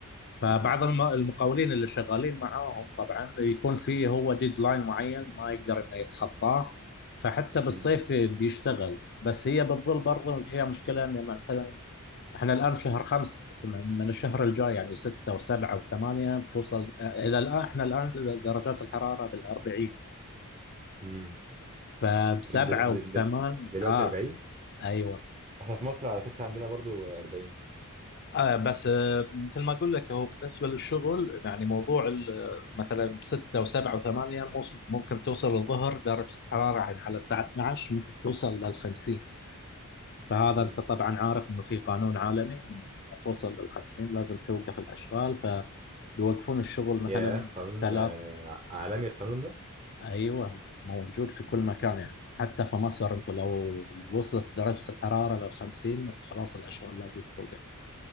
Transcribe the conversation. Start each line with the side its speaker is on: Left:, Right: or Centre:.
Left: فبعض
Right: مم.
Left: الم- المقاولين اللي شغالين معاهم طبعا يكون فيه هو ديدلاين معين ما يقدر انه يتخطاه فحتى بالصيف
Right: مم.
Left: بيشتغل بس هي بتظل برضه هي مشكلة ان مثلا احنا الان في شهر خمسة بس من من الشهر الجاي يعني ستة وسبعة وثمانية بتوصل الى الان احنا الان درجات الحرارة بالأربعين
Right: مم.
Left: فبسبعة
Right: دل
Left: وبثمان
Right: دل دل دلوقتي
Left: اه
Right: 40
Left: ايوه
Right: احنا في مصر على فكرة عندنا برضو 40
Left: آه بس آه مثل ما اقول لك هو بالنسبه للشغل يعني موضوع ال- آه، مثلا بستة وسبعة وثمانية موس- ممكن توصل الظهر درجه الحراره يعني على الساعه 12 ممكن توصل لل 50 فهذا
Right: مم.
Left: انت طبعا عارف انه في قانون عالمي إنه توصل لل 50 لازم توقف الاشغال فبيوقفون الشغل مثلا
Right: يا قانون
Left: ثلاث
Right: آه، عالمي القانون ده
Left: ايوه موجود في كل مكان يعني حتى في مصر انت لو وصلت درجه الحراره لل 50 خلاص الاشغال لازم توقف